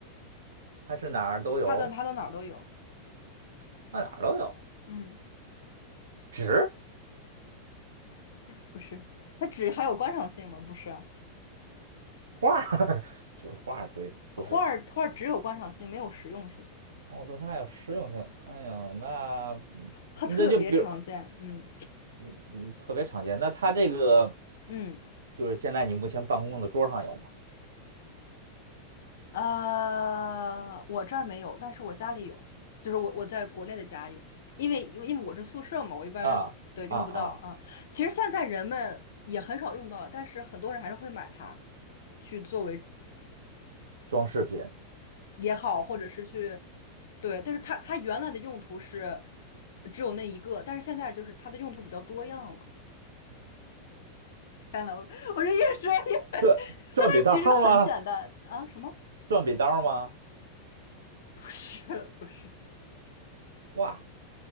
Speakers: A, on the right; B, on the left.
A: 还是哪儿都有？
B: 它的它到哪儿都有，
A: 那哪儿都有。
B: 嗯，
A: 纸
B: 不是，它只还有观赏性吗？不是啊，
A: 画儿，<laughs> 纸画儿，对，不是。
B: 花儿花儿只有观赏性，没有实用性，
A: 哦，对，它有实用性。哎呀，那
B: 它特别常见，
A: 那就比如，
B: 嗯
A: 嗯特别常见。那它这个
B: 嗯。
A: 就是现在你目前办公的桌上有吗？
B: 呃，我这儿没有，但是我家里有，就是我我在国内的家有，因为因为因为我是宿舍嘛，我一般对用不到啊。
A: 啊啊啊
B: 其实现在人们也很少用到了，
A: 啊！
B: 但是很多人还是会买它去作为
A: 装饰品，
B: 也好，或者是去对，但是它它原来的用途是只有那一个，但是现在就是它的用途比较多样了。天呐，我我这越说越，<laughs> 但
A: 转转笔刀儿吗？
B: 它其实很简单啊，什么？
A: 转笔刀儿吗？
B: <laughs> 不是不是，
A: 哇，